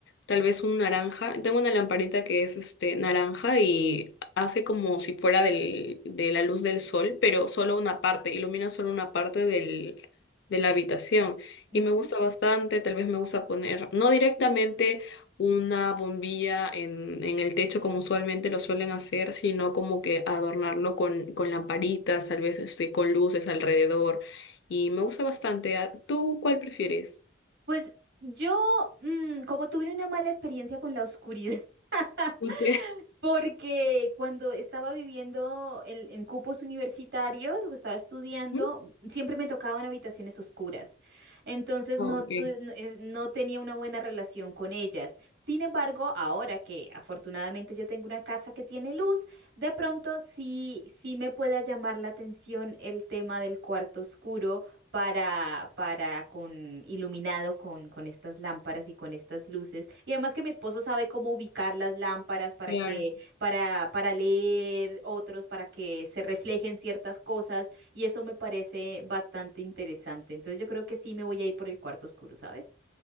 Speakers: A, on the left; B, on the right.
A: tal vez un naranja. Tengo una lamparita que es este naranja y hace como si fuera del, de la luz del sol, pero solo una parte, ilumina solo una parte del, de la habitación.
B: Ujú.
A: Y me gusta bastante, tal vez me gusta poner, no directamente una bombilla en, en el techo como usualmente lo suelen hacer, sino como que adornarlo con, con lamparitas, tal vez este, con luces alrededor. Y me gusta bastante. Ah, ¿Tú cuál prefieres?
B: Pues yo, mm, como tuve una mala experiencia con la oscuridad, <laughs>
A: ¿Tú
B: porque cuando estaba viviendo en, en cupos universitarios o estaba estudiando,
A: <laughs>
B: siempre me tocaban habitaciones oscuras. Entonces
A: Ok,
B: no, tu- no eh, no tenía una buena relación con ellas. Sin embargo, ahora que afortunadamente ya tengo una casa que tiene luz, de pronto sí, sí me pueda llamar la atención el tema del cuarto oscuro para, para con iluminado con, con estas lámparas y con estas luces. Y además que mi esposo sabe cómo ubicar las lámparas para
A: claro.
B: que, para, para leer otros, para que se reflejen ciertas cosas, y eso me parece bastante interesante. Entonces yo creo que sí me voy a ir por el cuarto oscuro, ¿sabes?